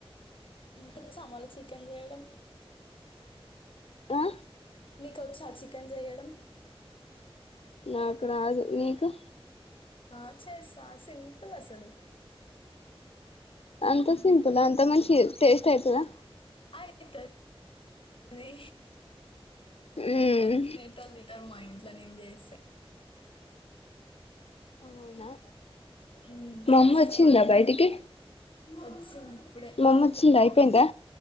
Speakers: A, on the left (about 55°); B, on the left (about 75°).
A: వచ్చా మరి చికెన్ చేయడం
B: ఆ
A: నీకోచ్చా చికెన్ చేయడం
B: నాకు రాదు నీకు
A: ఆ చేస్తా సింపుల్ అసలు
B: అంత సింపులా అంత మంచిగ టేస్ట్ అయితదా
A: అయిత్ ది
B: మ్మ్
A: తినే టోల్లు తింటారు మా ఇన్ ట్ల నేను చేస్తే
B: అవునా
A: ఉమ్
B: మా అమ్మ
A: చెప్పాలింక
B: వచ్చిందా బయటికి
A: వచ్చింది ఇప్పుడే
B: మా అమ్మ వచ్చిందా అయిపోయిందా